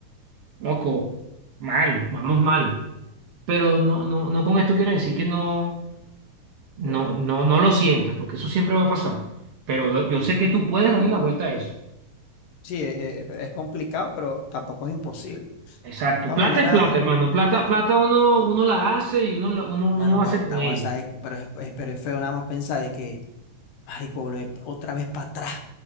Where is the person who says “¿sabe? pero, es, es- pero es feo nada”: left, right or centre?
Left